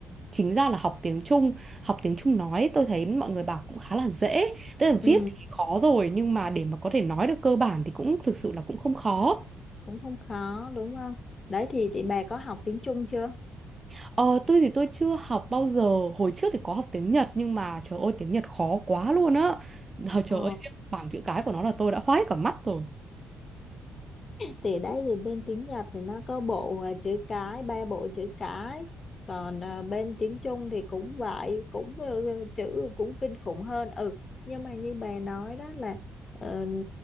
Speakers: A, on the right (about 25°); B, on the left (about 35°).
A: chính ra là học tiếng Trung, học tiếng Trung nói tôi thấy mọi người bảo cũng khá là dễ, tức là
B: ừ
A: viết thì khó rồi nhưng mà để mà có thể nói được cơ bản thì cũng thực sự là cũng không khó.
B: cũng không khó đúng không đấy thì thì bà có học tiếng Trung chưa
A: Ờ, tôi thì tôi chưa học bao giờ, hồi trước thì có học tiếng Nhật nhưng mà trời ơi tiếng Nhật khó quá luôn á. Ờ, Trời
B: ờ
A: ơi riêng bảng chữ cái của nó là tôi đã khoái cả mắt rồi.
B: thì đấy thì bên tiếng Nhật thì nó có bộ à, chữ cái ba bộ chữ cái còn à, bên tiếng Trung thì cũng vậy cũng ừ, chữ cũng kinh khủng hơn ừ nhưng mà như bà nói đó là ờ,